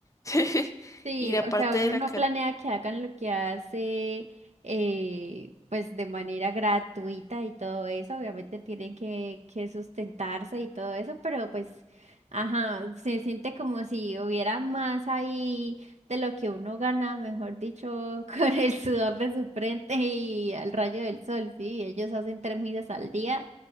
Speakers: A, on the left; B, on the right.
A: <laughs>
B: Sí,
A: Y la parte
B: o sea, uno
A: de la...
B: no
A: ca-
B: planea que hagan lo que hace, eh, pues de manera gratuita y todo eso, obviamente tienen que, que sustentarse y todo eso, pero pues, ajá, se siente como si hubiera más ahí de lo que uno gana, mejor dicho, <laughs> con el sudor de su frente y al rayo del sol, sí, ellos hacen tres misas al día